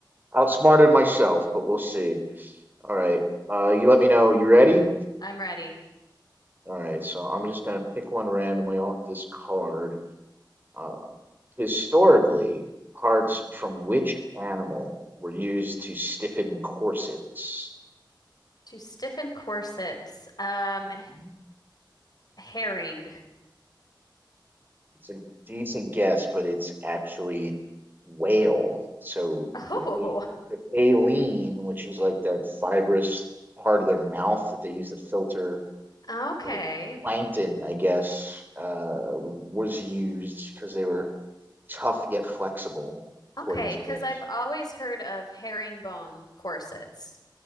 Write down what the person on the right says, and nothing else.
outsmarted myself, but we'll see. All right. Uh, you let me know. You ready?
All right. So I'm just gonna pick one randomly off this card. Uh, Historically, parts from which animal were used to stiffen corsets?
Mhm.
It's a decent guess, but it's actually whale. So
the ba- the baleen, which is like that fibrous part of their mouth that they use to filter
like plankton, I guess, uh, was used because they were tough yet flexible,
according to
this.